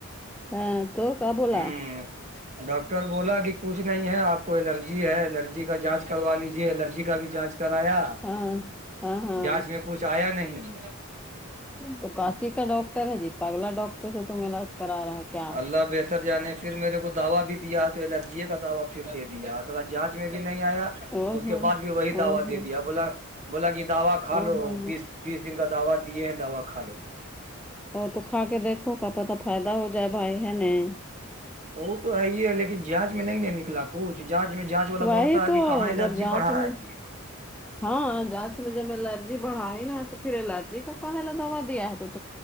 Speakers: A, in the centre; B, on the right.
A: ہاں تو کیا بولا
B: ہوں <unintelligible> ڈاکٹر بولا کہ کچھ نہیں ہے آپ کو الرجی ہے الرجی کا جانچ کروا لیجے الرجی کا بھی جانچ کرایا
A: ہاں ہاں ہاں
B: جانچ میں کچھ آیا نہیں
A: تو کاچی کا ڈاکٹر ہے جی پگلا ڈاکٹر سے تم علاج کرا رہا ہے کیا
B: اللہ بہتر جانے کا پھر میرے کو دعوا بھی دیا تو الرجی کا دعوا پھر دے دیا اصل جانچ میں بھی نہیں آیا <unintelligible>
A: او
B: اس
A: ہو
B: کے بعد بھی وہی
A: او
B: دعوی
A: ہو
B: دے دیا بولا بولا کہ دا کھا
A: او
B: لو
A: ہو
B: بیس بیس دن کا دوا دیے ہیں دوا کھا لو
A: اور تو کھا کے دیکھو کا پتا فائدہ ہو جائے بھائی ہے نہیں
B: وہ تو ہے ہی ہے لیکن جانچ میں نہیں نہیں نکلا کچھ جانچ میں جانچ والا
A: وہی
B: بولتا ہے
A: تو
B: کہ کہاں الرجی
A: جب جانچ
B: بڑ رہا
A: میں
B: ہے جی
A: ہاں گاس میں جب ایلرجی بڑا ن تو پھر ایلرجی کا کلا دا دیا ہے تو <unintelligible>